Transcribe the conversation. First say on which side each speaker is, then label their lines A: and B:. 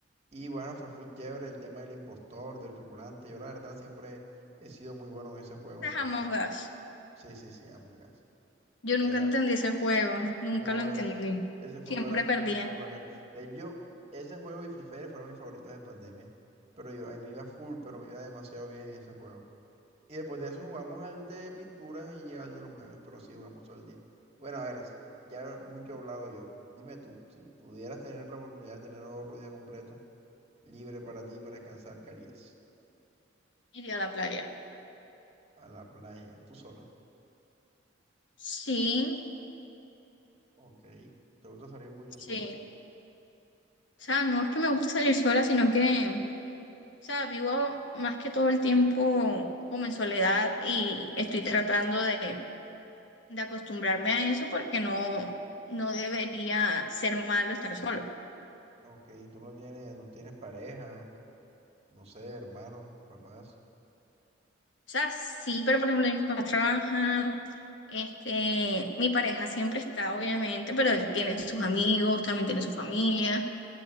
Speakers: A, on the right (about 35°); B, on the left (about 70°).
A: Y bueno, fue full chévere el tema del impostor, del tripulante. Yo la verdad siempre he sido muy bueno en ese juego,
B: Ese
A: entonces,
B: Es Among Us.
A: sí, sí, sí, Among Us.
B: Yo nunca
A: Era,
B: entendí ese juego, nunca
A: no,
B: lo entendí.
A: es, ese juego
B: Siempre
A: era full,
B: perdía.
A: full bacán. De hecho, ese juego y Free Fire fueron mis favoritos en pandemia. Pero yo, ahí me iba full, pero me iba demasiado bien en ese juego. Y después de eso jugamos al de pinturas y al de los memes, pero sí jugamos todo el día. Bueno, a ver, s- ya mucho he hablado yo. Dime tú, si pudieras tener la oportunidad de tener otro día completo, libre para ti, para descansar, ¿qué harías?
B: Iría a la playa.
A: A la playa, tú sola.
B: Sí,
A: Ok, ¿te gusta salir mucho
B: sí.
A: sola?
B: O sea, no es que me guste salir sola, sino que, o sea, vivo más que todo el tiempo como en soledad y estoy tratando de, de acostumbrarme a eso porque no, no debería ser malo estar sola.
A: Ok, tú no tienes, no tienes pareja, no sé, hermanos, papás.
B: O sea, sí, pero por ejemplo, mis papás trabajan, este, mi pareja siempre está, obviamente, pero él tiene sus amigos, también tiene su familia,